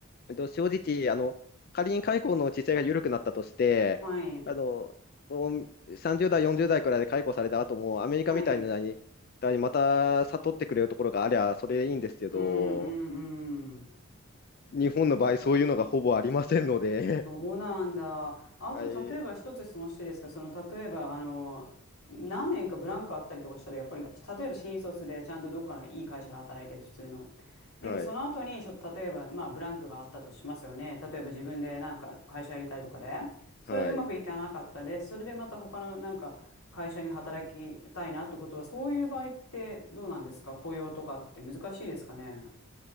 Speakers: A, on the left (about 45°); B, on the left (about 85°).
A: えっと、正直、あの、仮に解雇の地勢が緩くなったとして、
B: はい、
A: あの、もうさん30代、40代くらいで解雇された後も、アメリカみたいなに、
B: はい。
A: また悟ってくれるところがありゃ、それでいいんですけど、
B: うん、うん、うん。
A: 日本の場合、そういうのがほぼありませんので、
B: そうなんだ。あと、
A: <laughs> はい、
B: 例えば一つ質問していいですかその、例えば、あの、何年かブランクあったりとかしたら、やっぱり、例えば新卒でちゃんとどっかのいい会社で働いてる、普通の。でも、
A: はい、
B: その後に、ちょっと例えば、まあ、ブランクがあったとしますよね。例えば自分でなんか会社やりたいとかで。それでうまくいかなかったです。
A: はい。
B: それでまた他のなんか会社に働きたいなってことは、そういう場合ってどうなんですか雇用とかって難しいですかね。